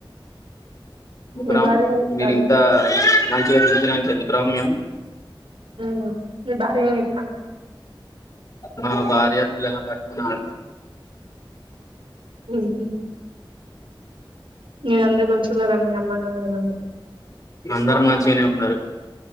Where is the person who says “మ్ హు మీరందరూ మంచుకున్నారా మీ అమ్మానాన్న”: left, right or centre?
Right